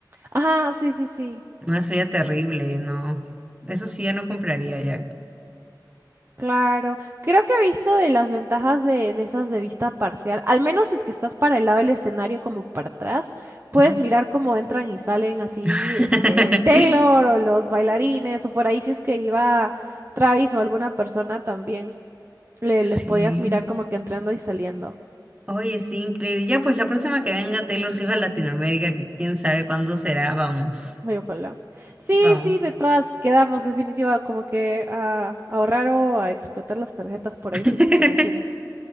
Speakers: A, on the right; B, on the right.
A: Ajá, sí, sí, sí.
B: No, eso ya terrible, no. Eso sí ya no compraría ya.
A: Claro, creo que he visto de las ventajas de, de esas de vista parcial, al menos si es que estás para el lado del escenario como para atrás, puedes
B: Ujú.
A: mirar cómo entran y salen así,
B: <laughs>
A: este, Taylor o los bailarines o por ahí si es que iba Travis o alguna persona también, le-
B: Sí.
A: les podías mirar como que entrando y saliendo.
B: Oye, sí, increíble. Ya, pues la próxima que venga Taylor Swift a Latinoamérica, que quién sabe cuándo será, vamos.
A: Ay, ojalá. Sí,
B: Vamos.
A: sí, de todas quedamos definitiva como que a ahorrar o a explotar las tarjetas por
B: <laughs>
A: ahí si es que también tienes.